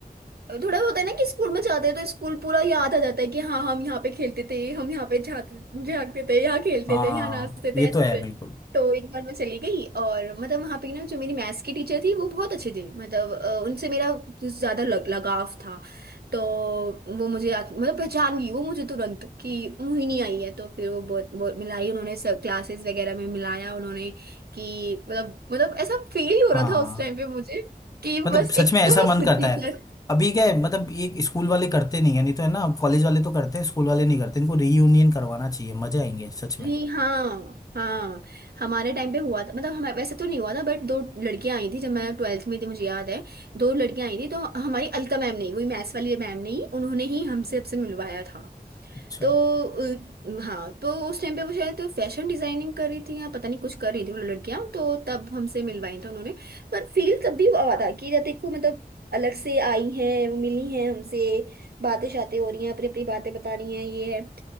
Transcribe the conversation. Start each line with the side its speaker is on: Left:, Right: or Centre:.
Right: थोड़ा होता है ना कि स्कूल में जाते हैं तो स्कूल पूरा याद आ जाता है कि हाँ हम यहाँ पे खेलते थे हम यहाँ पे जाते जागते थे यहाँ खेलते
Left: हाँ
Right: थे यहाँ नाचते
Left: ये
Right: थे ऐसे
Left: तो है बिल्कुल
Right: थे। तो एक बार मैं चली गई और मतलब वहाँ पे ना जो मेरी मैथ्स की टीचर थी वो बहुत अच्छी थी मतलब अ, उनसे मेरा कुछ ज्यादा लग, लगाव था तो वो मुझे आ- मतलब पहचान गई वो मुझे तुरंत कि मोहिनी आई है तो फिर वो बहुत बहुत मिलाई उन्होंने क्लासेस वगैरह में मिलाया उन्होंने कि मतलब मतलब ऐसा फील हो
Left: हाँ
Right: रहा था उस टाइम पे मुझे कि
Left: मतलब
Right: बस
Left: सच
Right: एक
Left: में ऐसा
Right: तो मैं
Left: मन
Right: खुद
Left: करता
Right: टीचर
Left: है अभी क्या है मतलब ये स्कूल वाले करते नहीं है नहीं तो है ना कॉलेज वाले तो करते हैं स्कूल वाले नहीं करते इनको रीयूनियन करवाना चाहिए मजे आएंगे सच में
Right: जी हाँ हाँ हमारे टाइम पे हुआ था मतलब हमें वैसे तो नहीं हुआ था बट दो लड़कियां आई थी जब मैं ट्वेल्थ में थी मुझे याद है दो लड़कियां आई थी तो हमारी अलका मैम ने वही मैथ्स वाली मैम ने ही उन्होंने ही हमसे सबसे मिलवाया था
Left: अच्छा
Right: तो अ, हाँ तो उस टाइम पे वो शायद फैशन डिजाइनिंग कर रही थी या पता नहीं कुछ कर रही थी वो लड़कियां तो तब हमसे मिलवाई था उन्होंने पर फील तब भी हुआ था कि जब देखो मतलब अलग से आई हैं वो मिली हैं हमसे बातें शातें हो रही हैं अपनी अपनी बातें बता रही हैं ये है